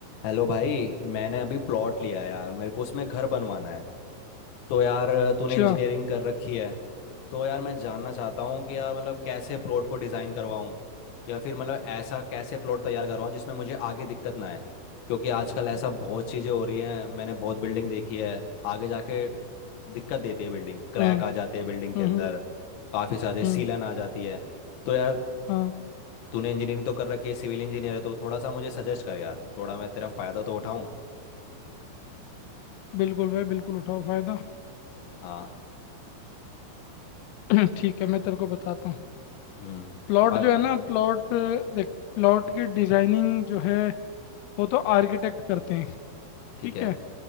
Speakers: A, on the left (about 70°); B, on the left (about 90°).
A: Hello भाई मैंने अभी प्लॉट लिया है यार मेरे को उसमें घर बनवाना है तो यार तूने
B: अच्छा
A: इंजीनियरिंग कर रखी है तो यार मैं जानना चाहता हूँ कि यार मतलब कैसे प्लॉट को डिज़ाइन करवाऊँ या फिर मतलब ऐसा कैसे प्लॉट तैयार करवाऊँ जिसमें मुझे आगे दिक्कत ना आए क्योंकि आजकल ऐसा बहुत चीज़ें हो रही हैं मैंने बहुत बिल्डिंग देखी है आगे जाके दिक्कत देती है बिल्डिंग क्रैक
B: हम्म
A: आ जाते हैं बिल्डिंग के
B: हम्म
A: अंदर काफ़ी सारे
B: हम्म
A: सीलन आ जाती है तो यार
B: हाँ
A: तूने इंजीनियरिंग तो कर रखी है सिविल इंजीनियर है तो थोड़ा सा मुझे सजेस्ट कर यार थोड़ा मैं तेरा फ़ायदा तो उठाऊँ
B: बिल्कुल भाई बिल्कुल उठाओ फायदा
A: हाँ
B: <clears throat> ठीक है मैं तेरे को बताता हूँ
A: हम्म
B: प्लॉट
A: बाकी
B: जो है ना प्लॉट देख प्लॉट की डिजाइनिंग जो है वो तो आर्किटेक्ट करते हैं
A: ठीक
B: ठीक
A: है
B: है